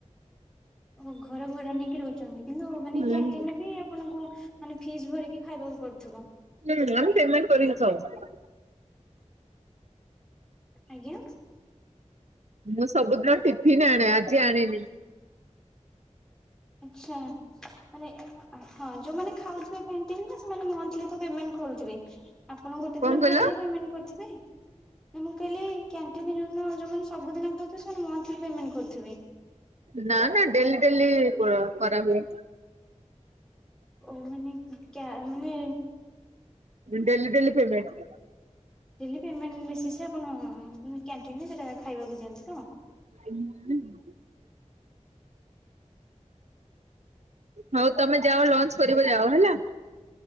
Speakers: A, in the centre; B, on the right (about 65°).
A: ଓ ଘର ଭଡା ନେଇକି ରହୁଛନ୍ତି କିନ୍ତୁ ମାନେ
B: ହୁଁ
A: କ୍ୟାଣ୍ଟିନରେ ବି ଆପଣଙ୍କୁ ମାନେ ଫିସ୍ ଭରିକି ଖାଇବାକୁ ପଡୁଥିବ।
B: ର୍ହିଁ ହଁ ପେମେଣ୍ଟ କରିିବି ସବୁ।
A: ଆଜ୍ଞା।
B: ମୁଁ ସବୁଦିନ ଟିଫିନ ଆଣେ ଆଜି ଆଣିନି।
A: ଆଛା ମାନେ ହଁ ଯୋଉମାନେ ଖାଉଥିବେ କ୍ୟଣ୍ଟିନ୍‌ ରେ ସେମାନେ ମନ୍ଥଲି ତ ପେମେଣ୍ଟ କରୁଥିବେ ଆପଣ ଗୋଟେ
B: କଣ
A: ଦିନ
B: କହିଲ?
A: ଖାଇଲେ ପେମେଣ୍ଟ କରିଥିବେ। ମୁଁ କାଲି କ୍ୟାଣ୍ଟିନ ଯେଉଁମାନେ ସବୁଦିନ ଖାଉଥେବେ ସେମାନେ ମନ୍ଥଲି ପେମେଣ୍ଟ କରୁଥିବେ।
B: ନା ନା ଡେଲି ଡେଲି କରା କରାହୁଏ।
A: ଓ ମାନେ କ୍ଯମାନେ
B: daily daily payment.
A: Daily payment ବେଶି ସେ ଆପଣ କ୍ୟାଣ୍ଟିନରେ ସେଟା ଖାଇବାକୁ ଦିଅନ୍ତିୁ ତ।
B: <unintelligible> ହଉ ତମେ ଯାଅ ଲଞ୍ଚ କରିବ ଯାଅ ହେଲା।